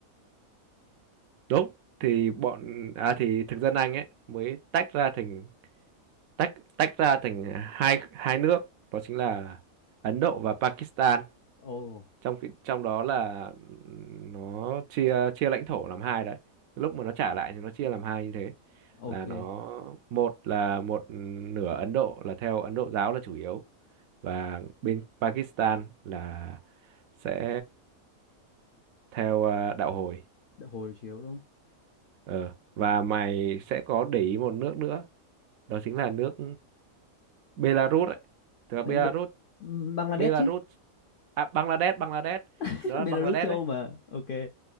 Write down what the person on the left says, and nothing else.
Ồ,
ok.
đã hồi chiếu đúng không
thế
Bê... Bangladesh
chứ
<laughs>
Belarus
châu
Âu mà ok